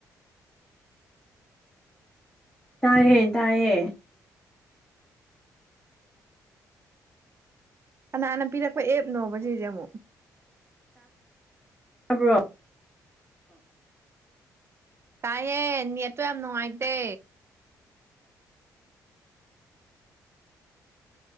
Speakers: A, in the centre; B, on the right.
A: ꯇꯥꯏꯌꯦ ꯇꯥꯏꯌꯦ
B: ꯀꯅꯥꯅ ꯄꯤꯔꯛꯄ ꯑꯦꯞꯅꯣꯕ ꯁꯤꯁꯦ ꯑꯃꯨꯛ
A: ꯇꯥꯕ꯭ꯔꯣ
B: ꯇꯥꯏꯌꯦ ꯅꯠꯇꯣ ꯌꯥꯝ ꯅꯨꯡꯉꯥꯏꯗ